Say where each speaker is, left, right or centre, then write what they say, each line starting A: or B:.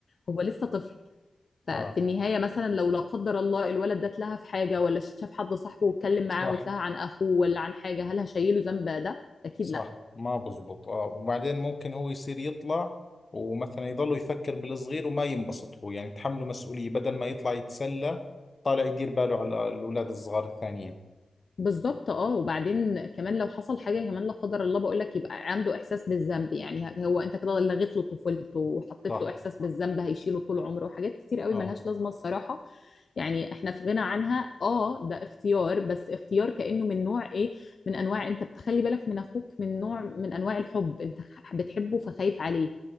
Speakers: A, on the left; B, on the left.
A: هو لسه طفل ففي
B: اه
A: النهاية مثلا لو لا قدر الله الولد ده اتلهى في حاجة ولا شاف حد صاحبه واتكلم معاه
B: صح
A: واتلهى عن أخوه ولا عن حاجة هل هشيله ذنب ده؟ أكيد
B: صح
A: لا
B: ما بزبط اه وبعدين ممكن هو يصير يطلع ومثلا يضل يفكر بالصغير وما ينبسط هو يعني تحمله مسؤولية بدل ما يطلع يتسلى طالع يدير باله على الاولاد الصغار الثانيين
A: بالظبط اه وبعدين كمان لو حصل حاجه كمان لا قدر الله بقول لك يبقى عنده احساس بالذنب يعني هو انت كده لغيت له طفولته وحطيت
B: صح
A: له احساس بالذنب هيشيله طول عمره وحاجات كتير قوي
B: اه
A: ملهاش لازمه الصراحه يعني احنا في غنى عنها اه ده اختيار بس اختيار كانه من نوع ايه من انواع انت بتخلي بالك من اخوك من نوع من انواع الحب انت خ- بتحبه فخايف عليه